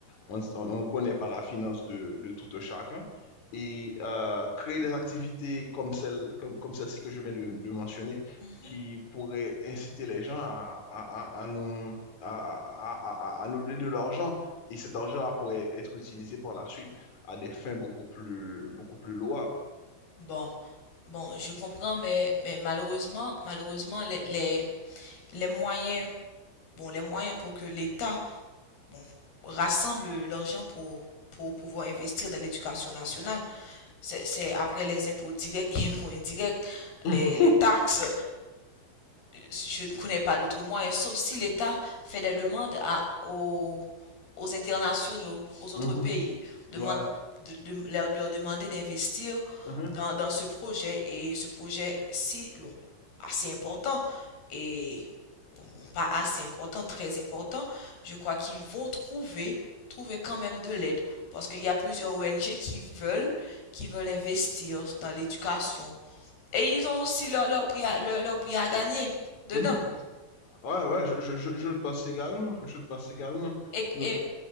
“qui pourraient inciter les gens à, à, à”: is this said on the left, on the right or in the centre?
Left